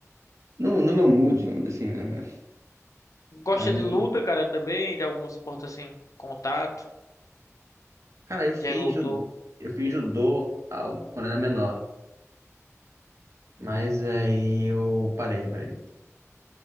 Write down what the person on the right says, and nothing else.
no, no meu mood, vamos dizer assim, né?
Aí,
cara, eu fiz,
ju- eu fiz judô ah, quando era menor. Mas aí eu parei, parei.